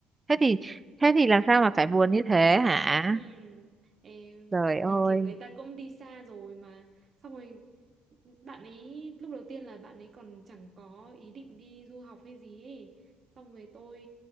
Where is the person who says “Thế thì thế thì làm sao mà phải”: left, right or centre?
Right